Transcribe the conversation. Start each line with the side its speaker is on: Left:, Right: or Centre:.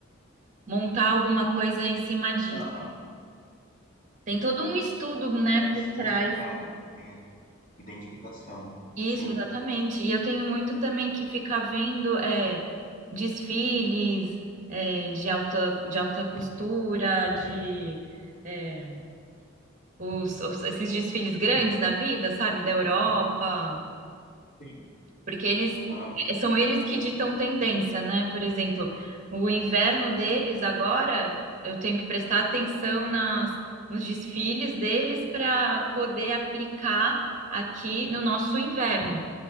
Right: montar alguma coisa em cima disso.
Left: Aham.
Right: Tem todo um estudo, né,
Left: tenha
Right: por
Left: significado,
Right: trás.
Left: né? tenha identificação.
Right: Isso,
Left: Sim.
Right: exatamente. E eu tenho muito também que ficar vendo é, desfiles é, de alta, de alta costura, de é, os, os- esses desfiles grandes da vida, sabe? Da Europa.
Left: Sim.
Right: Porque eles
Left: Aham.
Right: eh, são eles que ditam tendência, né? Por exemplo, o inverno deles agora, eu tenho que prestar atenção nas, nos desfiles deles para poder aplicar aqui no nosso inverno.